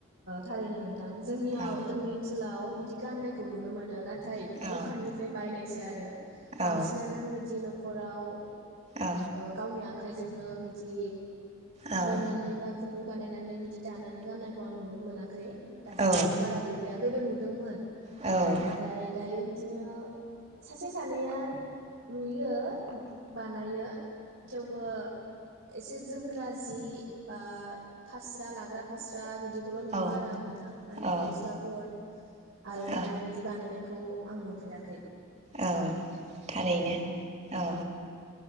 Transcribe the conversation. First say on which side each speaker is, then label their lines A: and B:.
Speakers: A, on the right (about 70°); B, on the right (about 30°).
A: थारैनो नोंङो जोंनियाव
B: औ
A: जोंनि ओनसोलाव बिदि गाननायखौ नु नो मोनो ना थाय
B: औ
A: दखाननिफ्राय बायनायसै आरो बांसिनानो
B: औ
A: बिदि नखर खराव
B: औ
A: ओ गावनिया खाइजोंनो बिदि
B: औ
A: लुनानै बाखुन दुं बानायनानै बिदि दानानै गाननायखौ आं नुनो मोना खै दासिमबो
B: औ
A: बारा गैलिया गोदो नुदोंमोन।
B: औ।
A: नाथाय दायो बिदिनो सासे सानैया नुयो बानायो थेवबो एसे जोमग्रा जि बा फास्रा लाग ग्रा फास्रा बिदि खौल' नुदों
B: औ
A: आरो आं नोंथां
B: औ
A: माने गस्ला खरट आर'नाय
B: औ
A: बानायनायखौ आं नुफेराखै।
B: औ थारैनो
A: औ औ
B: औ।